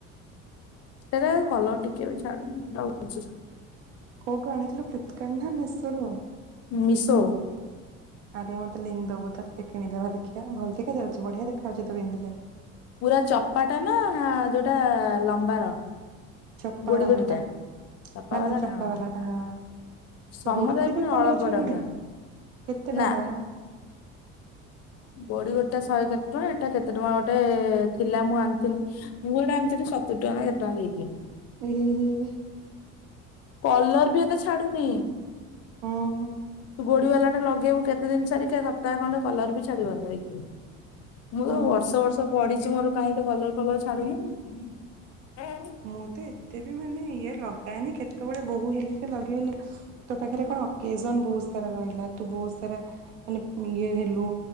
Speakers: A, on the left (about 40°); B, on the right (about 70°).
A: ସେଇଟା କଲର୍ ଟିକେ ବି ଛାଡୁନି, ରହୁଛି।
B: କୋଉଠୁ ଆଣିଥିଲୁ ଫ୍ଲିପକାର୍ଟ ନା ମିଶୋ ରୁ?
A: ମିଶୋ
B: ଆରେ ମତେ ଲିଙ୍କ ଦବୁ ତ ଟିକେ କିଣିଦବା ଦେଖିବା ଭଲ ଦେଖା ଯାଉଛି ବଢିଆ ଦେଖାଯାଉଛି ତୁ ପିନ୍ଧିଲେ।
A: ପୁରା ଚପାଟା ନା ଯୋଉଟା ଲମ୍ବାର?
B: ଚପା
A: ଗୋଡି
B: ବାଲାଟା
A: ଗୋଡିଟା ଚପା
B: ନା
A: ବାଲାଟା
B: ନା ଚପା
A: ହଁ।
B: ବାଲାଟା ହଁ।
A: ସମଦାୟ
B: ଗୋଡ଼ି ଗୋଡ଼ି
A: ପୁଣି
B: ବି କଲର
A: ଅଳପ
B: ଛାଡୁନି,
A: ଟଙ୍କା
B: କେତେ
A: ନା
B: ଟଙ୍କା?
A: ଗୋଡି ଗୋଡ଼ି ଟା ଶହେ କେତେ ଟଙ୍କା ଏଟା କେତେ ଟଙ୍କା ଗୋଟେ ଏ ଥିଲା ମୁଁ ଆଣିଥିଲି। ମୁଁ ଏଟା ଆଣିଥିଲି ସତୁରି ଟଙ୍କା ନା କେତେ ଟଙ୍କା ଦେଇକି।
B: <inaudible>
A: କଲର୍ ବି ଏତେ ଛାଡୁନି
B: ଓହୋ
A: ତୁ ଗୋଡି ବାଲା ଟା ଲଗେଇବୁ କେ କେତେ ଦିନ ସାରିକା ସପ୍ତାହ ଖଣ୍ଡେ କଲର୍ ବି ଛାଡିବନି ଦେଖିବୁ ମୁଁ ତ
B: ଓହୋ
A: ବର୍ଷ ବର୍ଷ ପଡିିଛି ମୋର। କାହିଁ ତ କଲର ଫଲର ଛାଡୁନି।
B: ମୁଁ ତ ଏତେ ବି ମାନେ ଇଏ ଲଗାଏନି କେତେବେଳେ ବୋହୂ ହେଲି ଯେ ଲଗେଇଲି ତୋ ପାଖରେ କଣ। କେଜନ ବହୁତ ସାରା ରହିଲା ତୁ ବହୁତ ସାରା ମାନେ ଇଏ ହେଲୁ।